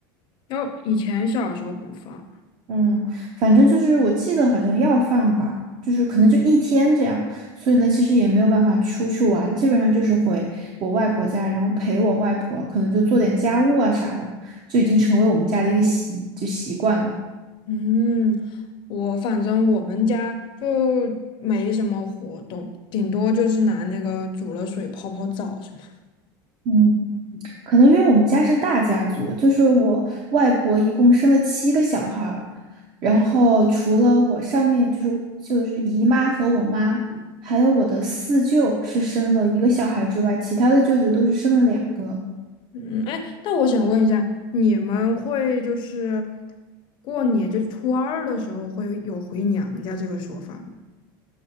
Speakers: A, on the left; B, on the right.
A: 要以前小时候不放。
B: 嗯，反正就是我记得好像要放吧，就是可能就一天这样，所以呢，其实也没有办法出去玩，基本上就是回我外婆家，然后陪我外婆，可能就做点家务啊啥的，就已经成为我们家的一个习就习惯了。
A: 嗯，我反正我们家就没什么活动，顶多就是拿那个煮了水泡泡澡什么的。
B: 嗯，可能因为我们家是大家族，就是我外婆一共生了七个小孩儿，然后除了我上面就是就是姨妈和我妈。还有我的四舅是生了一个小孩之外，其他的舅舅都是生了两个。
A: 嗯，哎，那我想问一下，你们会就是过年，就是初二的时候会有回娘家这个说法吗？